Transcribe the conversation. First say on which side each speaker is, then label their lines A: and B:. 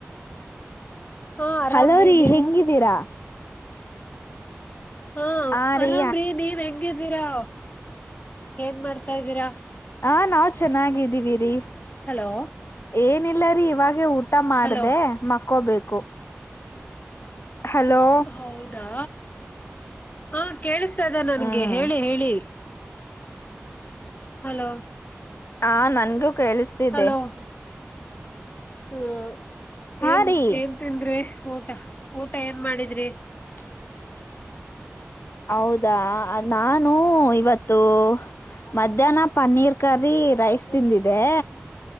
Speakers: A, on the left; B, on the left.
A: ಹಾ ಆರಾಮ್ರೀ
B: ಹಲೋ ರೀ
A: ನೀವು
B: ಹೆಂಗಿದ್ದೀರಾ.
A: ಹಾ
B: ಆ
A: ಆರಾಮ್ರೀ
B: ರೀ
A: ನೀವ್ ಹೆಂಗಿದ್ದೀರಾ ಏನ್ ಮಾಡ್ತಾದೀರಾ.
B: ಹ ನಾವು ಚೆನ್ನಾಗಿದ್ದೀವಿ ರೀ.
A: ಹಲೋ.
B: ಏನಿಲ್ಲ ರೀ ಇವಾಗೇ ಊಟ ಮಾಡ್ದ
A: ಹಲೋ
B: ಮಕ್ಕೋಬೇಕು. ಹಲೋ
A: ಹೌದಾ ಹ ಕೇಳಿಸತಾ ನನಗೆ
B: ಹ್ಮ್
A: ಹೇಳಿ ಹೇಳಿ. ಹಲೋ
B: ಹ ನನಗೂ ಕೇಳಿಸ್ತಿದೆೆ.
A: ಹಲೋ ಹ್ಮ
B: ಹಾ
A: ಏನ್
B: ರೀ
A: ಏನ್ ತಿಂದ್ರಿ ಊಟ ಊಟ ಏನ್ ಮಾಡಿದ್ರಿ?
B: <inaudible> ಹೌದಾ ನಾನು ಇವತ್ತು ಮಧ್ಯಾಹ್ನ ಪನ್ನೀರ್ ಕರಿ ರೈಸ್ ತಿಂದಿದೆ